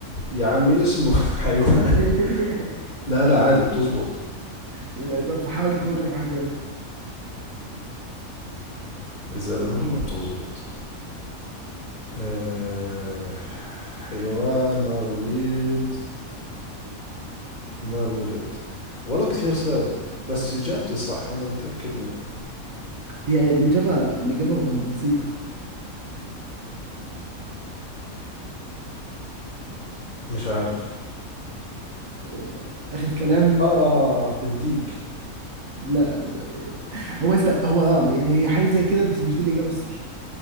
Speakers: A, on the left (about 30°); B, on the right (about 65°).
A: يا عمي اسمه <laughs> حيوان
B: <laughs>
A: لا لا عادي بتزبط
B: لا طب حاول تفكر في حاجة تانية
A: يا زلمة والله بتزبط أه حيوان ما ببيض وما بولد والله كثير صعبة بس إجابتي صح أنا متأكد منها
B: هي الإجابة الإجابة ب- بسيطة
A: مش عارف
B: آه، آخر كلام
A: آه آه الديك
B: لا ب- هو أنت هو أه يعني هي حاجة زي كده بس مش دي الإجابة الصح